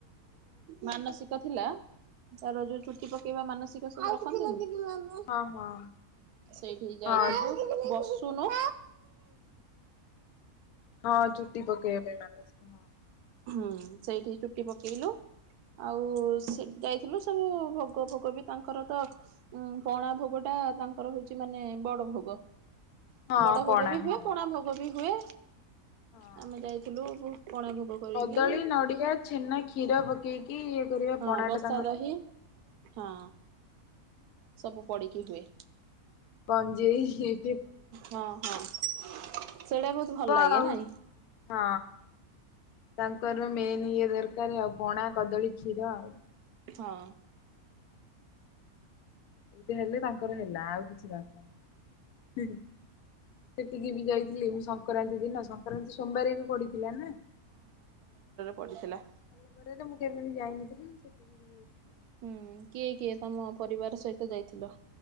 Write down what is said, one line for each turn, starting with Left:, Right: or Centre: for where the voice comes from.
Right: ମାନସିକ ଥିଲା। ତାର ର ଯୋଉ ଚୁଟି ପକେଇବା ମାନସି ସକ ସବୁ ରଖନ୍ତିନି।
Left: ହଁ ହଁ
Right: ସେଇଠିକ ଯାଇଥିଲୁ
Left: ହଁ
Right: ବସ ଶୁଣୁ
Left: ହଁ ଚୁଟି ପକେଇବା ପାଁଇ ମାନସିକ ହଁ।
Right: ହୁଁ ସେଇଠି ଚୁଟି ପକେଇଲୁ। ଆଉ ସେଠି ଯାଇଥିଲୁ। ସବୁ ଭୋଗ ଫୋଗ ବି ତାଙ୍କର ତ ଉଁ ପଣା ଭୋଗ ଟା ତାଙ୍କର ହଉଛି ମାନେ ବଡ ଭୋଗ।
Left: ହଁ
Right: ବଡ
Left: ପଣା
Right: ଭୋଗ ବି
Left: ହଁ
Right: ହୁଏ। ପଣା ଭୋଗ ବି ହୁଏ।
Left: ହଁ।
Right: ଆମେ ଯାଇଥିଲୁ। ପଣା ଭୋଗ କରିକି
Left: କଦଳୀ ନଡିଆ ଛେନା କ୍ଷୀର ପକେଇକି। କରିବା
Right: ହଁ
Left: ପଣାଟା
Right: ବସା
Left: ତାଙ୍କର
Right: ଦହି ହଁ। ସବୁ ପଡିକି ହୁଏ।
Left: ଗଂଜେଇ ହିଏ।
Right: ହଁ ହଁ। ସେଟା
Left: ଥିବ
Right: ବହୁତ ଭଲ ଲାଗେ
Left: ଆଉ।
Right: ନାଇଁ।
Left: ହଁ ତାଙ୍କର ମେନ୍ ଇଏ ଦରକାର ଆଉ ପଣା କଦଳୀ ଖିରା ଆଉ।
Right: ହଁ।
Left: ଏଇଟା ହେଲେ ତାଙ୍କର ହେଲା ଆଉ କିଛି ଦର ଆଜ୍ଞା ସେତିକି ବି ଯାଇଥିଲି ମୁଁ। କରତୀ ଦିନ। ସଂକ୍ରାନ୍ତି ସୋମବାରେ ବି ପଡିଥିଲା ନା।
Right: ପଡ଼ିଥିଲା।
Left: ଆମ ଘରେ ତ ମୁଁ କେବେ ବି ଯାଇନଥିଲି ସେଠିକି ବି ଯାଇଥିଲି।
Right: ହୁଁ କିଏ କିଏ ତମ ପରିବାର ସହିତ ଯାଇଥିଲ?